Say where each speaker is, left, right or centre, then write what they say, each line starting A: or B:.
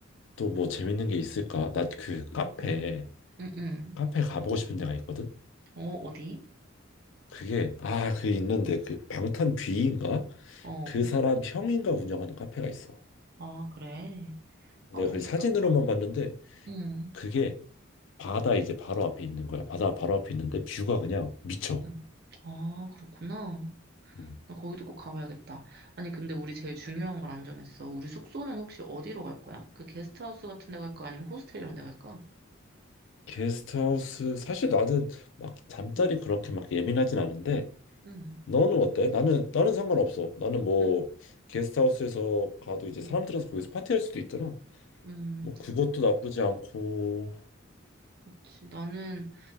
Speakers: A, on the left; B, on the right.
A: 또 뭐 재밌는 게 있을까? 나 그 카페
B: 응, 응, 응.
A: 카페 가보고 싶은 데가 있거든.
B: 어, 어디?
A: 그게 아, 그 있는데 그 방탄 뷔인가?
B: 어,
A: 그 사람 형인가 운영하는 카페가 있어.
B: 아, 그래.
A: 내가
B: 아, 너무
A: 그
B: 좋겠다.
A: 사진으로만 봤는데
B: 응,
A: 그게 바다 이제 바로 앞에 있는 거야. 바다 바로 앞에 있는데 뷰가 그냥 미쳐.
B: 응. 아, 그렇구나.
A: 음.
B: 나 거기도 꼭 가봐야겠다. 아니, 근데 우리 제일 중요한 걸 안 정했어. 우리 숙소는 혹시 어디로 갈 거야? 그 게스트하우스 같은 데 갈까? 아니면 호스텔 이런 데 갈까?
A: 게스트하우스 사실 나는 막 잠자리
B: 응,
A: 그렇게 막 예민하진 않은데
B: 응,
A: 너는 어때? 나는 나는 상관없어. 나는 뭐
B: 응.
A: 게스트하우스에서 가도 이제 사람
B: 응.
A: 들어서 거기서 파티할 수도 있잖아.
B: 음,
A: 뭐 그것도 나쁘지 않고
B: 그치. 나는,